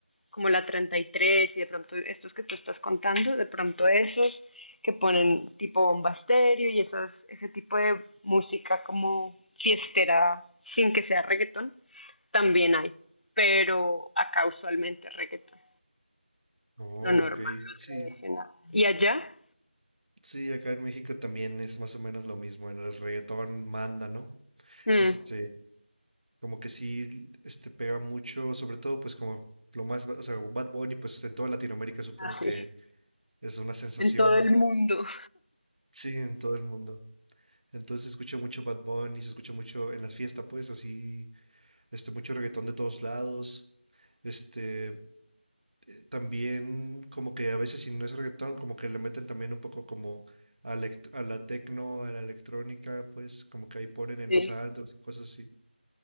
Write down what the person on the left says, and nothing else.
como la 33 y tres y de pronto estos que tú estás contando, de pronto esos que ponen tipo bomba estéreo y esas, ese tipo de música como fiestera sin que sea reggaetón, también hay, pero acá usualmente reggaetón,
lo normal,
lo
tradicional. ¿Y allá?
Mm,
así,
en todo el mundo.
Sí,